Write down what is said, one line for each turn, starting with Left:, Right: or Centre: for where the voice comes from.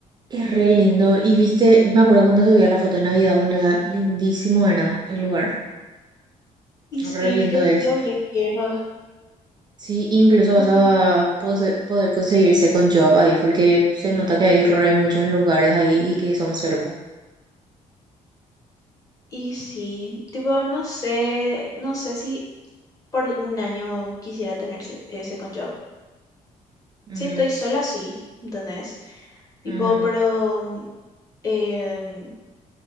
Right: es re lindo. Y viste, me acuerdo cuando subía la foto de Navidad, boluda, lindísimo era el lugar.
Left: Y sí,
Right: Re lindo
Left: yo,
Right: es.
Left: yo requiero.
Right: Sí, incluso vas
Left: ujú.
Right: a pose- poder conseguirse con job ahí, porque se nota que hay re muchos lugares ahí y que son cerca.
Left: Y sí, tipo, no sé, no sé si por un año quisiera tener ese, ese con job.
Right: Ujú,
Left: Si estoy sola, sí, ¿entendés? Tipo,
Right: ujú.
Left: pero mm, em,